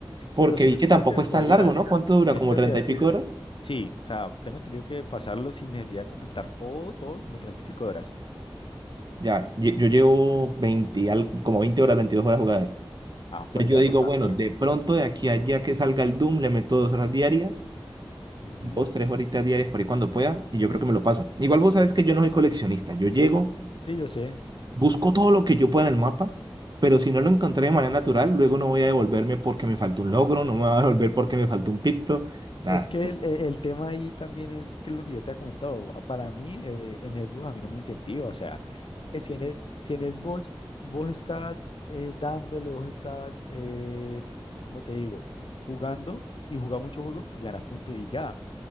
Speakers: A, on the right; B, on the left.
A: Porque
B: Pero sí
A: vi que tampoco
B: creo que
A: es
B: podrías.
A: tan largo, ¿no? ¿Cuánto dura?
B: Es
A: ¿Como
B: que
A: 30
B: te voy a decir,
A: y pico horas?
B: sí, o sea, tengo entendido que pasarlo sin necesidad de completar todo, todo, como treinta y pico de horas.
A: Ya, lle- yo llevo 20, al- como 20 horas, 22 horas jugadas.
B: Ah, pero
A: Entonces
B: ya
A: yo digo,
B: es bastante.
A: bueno, de pronto de aquí a allá que salga el Doom, le meto dos horas diarias,
B: Ujú.
A: dos, tres horitas diarias por ahí cuando pueda, y yo creo que me lo paso. Igual vos sabes que yo no soy
B: Sí,
A: coleccionista. Yo llego,
B: sí, yo sé.
A: busco todo lo que yo pueda en el mapa, pero si no lo encontré de manera natural, luego no voy a devolverme porque me faltó un logro, no me voy a devolver porque me faltó un picto, nada.
B: Es que
A: no
B: el,
A: sé.
B: el- el tema ahí también es que lo que yo te he comentado, a- para mí eh, de- en Xbox a mí no me incentiva, o sea, que si en, e- si en Xbox vos estás eh, dándole, vos estás, eh, ¿cómo te digo? Jugando y jugar muchos juegos, pues ganas puntos y ya.